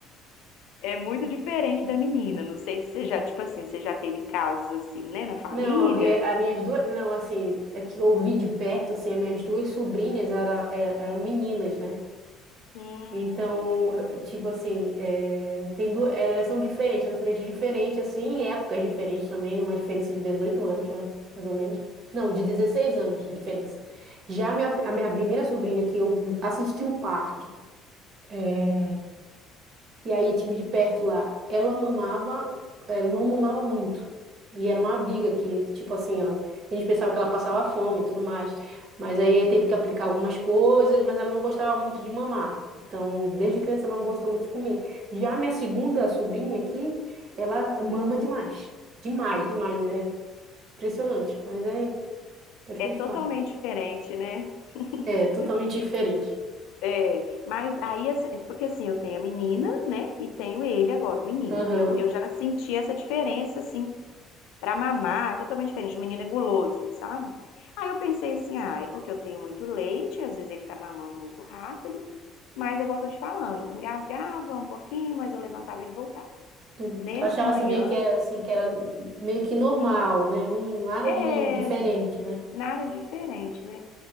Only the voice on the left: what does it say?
É muito diferente da menina. Não sei se você já, tipo assim, você já teve casos assim, né, na família?
Hum,
é
totalmente diferente, né? <laughs>
É, mas aí, assim, é porque assim, eu tenho a menina, né, e tenho ele agora, o menino.
Eu, eu já senti essa diferença, assim, pra mamar, é totalmente diferente. O menino é guloso, sabe? Aí eu pensei assim, ah, é porque eu tenho muito leite, às vezes ele tá mamando muito rápido, mas é igual eu tô te falando, engasgava um pouquinho, mas eu levantava e ele voltava.
Nessa
manhã,
É,
nada diferente, né?